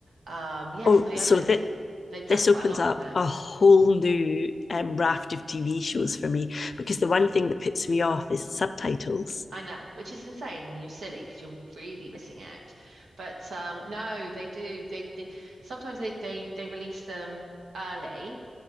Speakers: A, on the right (about 80°); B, on the left (about 60°).
A: um, yeah,
B: Oh,
A: some of the
B: so
A: others.
B: that
A: They dub
B: this
A: quite
B: opens
A: a lot
B: up
A: of them
B: a whole new um, raft of TV shows for me because the one thing that puts me off is subtitles.
A: I know, which is insane, and you're silly because you're really missing out. But um, no, they do. They, they sometimes they, they they release them early,